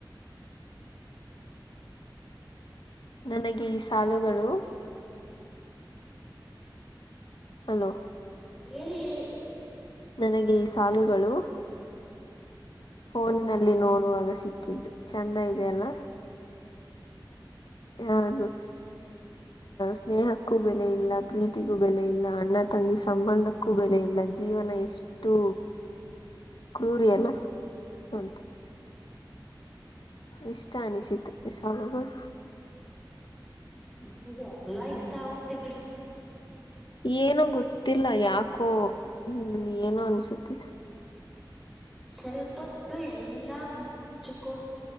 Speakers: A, on the left; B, in the centre.
A: ನನಗೆ ಈ ಸಾಲುಗಳು. ಹಲೋ.
B: ಹೇಳಿ ಹೇಳಿ.
A: ನನಗೆ ಈ ಸಾಲುಗಳು. ಫೋನಿನಲ್ಲಿ ನೋಡುವಾಗ ಸಿಕ್ಕಿದ್ದು ಚಂದ ಇದೇ ಅಲ್ಲ.
B: <inaudible>
A: ಹದು ಸ್ನೇಹಕ್ಕೂ ಬೆಲೆ ಇಲ್ಲ ಪ್ರೀತಿಗೂ ಬೆಲೆ ಇಲ್ಲ ಅಣ್ಣ ತಂಗಿ ಸಮ. ಸಂಬಂಧಕ್ಕೂ ಬೆಲೆ ಇಲ್ಲ ಜೀವನ ಎಷ್ಟು. ಕ್ರೂರಿ ಅಲ್ಲಾ ಅಂತ. ಇಷ್ಟ ಅನಿಸಿತು ಇ ಸಾಲುಗಳು.
B: ನಿಮಗೆ ಎಲ್ಲಾ ಇಷ್ಟ ಆಗುತ್ತೆ ಬಿಡಿ.
A: ಏನೂ ಗೊತ್ತಿಲ್ಲ ಯಾಕೋ ಹ್ಮ ಏನೋ ಅನ್ಸುತ್ತಿದೆ.
B: ಸ್ವಲ್ಪತ್ತು ಎಲ್ಲಾ. ಮುಚ್ಚಕೊಂಡೊಂಡ.